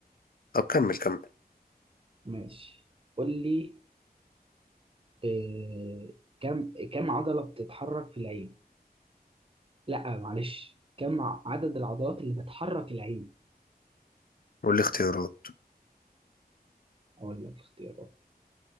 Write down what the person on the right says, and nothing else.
ماشي قول لي آه كم كم عضلة بتتحرك في العين لا معلش كم ع- عدد العضلات اللي بتحرك العين
اقول لك اختيارات